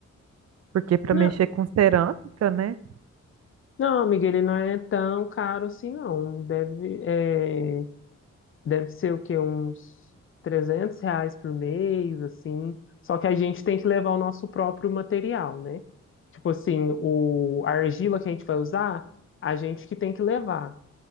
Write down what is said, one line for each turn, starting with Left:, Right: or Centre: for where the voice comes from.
Right: porque para
Left: Não,
Right: mexer com cerâmica, né?
Left: não, amiga, ele não é tão caro assim, não. Deve, é, deve ser o quê? Uns 300 reais por mês, assim. Só que a gente tem que levar o nosso próprio material, né? Tipo assim, o, a argila que a gente vai usar, a gente que tem que levar.